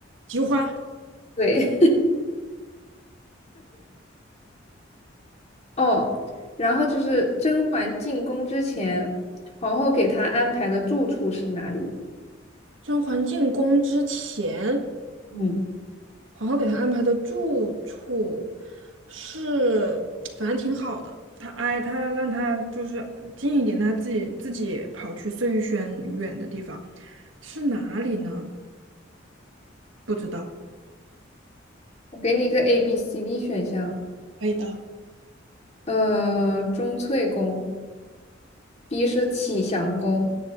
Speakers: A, on the right; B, on the left.
A: 菊花，
B: 对，<laughs> 哦，然后就是甄嬛进宫之前，皇后给她安排的住处是哪里？
A: 甄嬛进宫之前。
B: 嗯，
A: 皇后给他安排的住处是，反正挺好的。他哎，他让他就是近一点，他自己自己跑去碎玉轩远的地方，是哪里呢？不知道。
B: 我给你一个 A、B、C、D 选项，
A: 可以的。
B: 呃，钟粹宫，B 是启祥宫